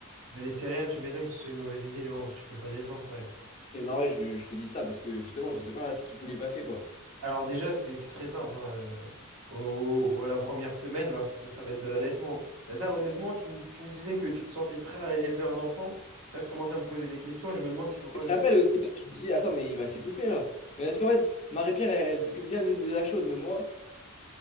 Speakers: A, on the right (about 75°); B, on the left (about 30°).
A: Mais les céréales, tu m'étonnes que ce soit une mauvaise idée, Léandre. Tu fais pas d'effort quand même.
B: Et non, ouais, je, je te dis ça parce que justement, je sais pas ce qu'il faut lui passer, quoi.
A: Alors déjà, c'est c'est très simple. hein, euh, au- au- à la première semaine, va, ça va être de l'allaitement. Mais ça, honnêtement, tu, me tu me disais que tu te sentais prêt à élever un enfant. Là, je commence à me poser des questions et je me demande s'il faut pas
B: Je
A: que
B: l'appelle aussi parce que je me dis attends, mais il va s'étouffer là. Mais parce qu'en fait, Marie-Pierre, elle, elle s'occupe bien du- de la chose, mais moi,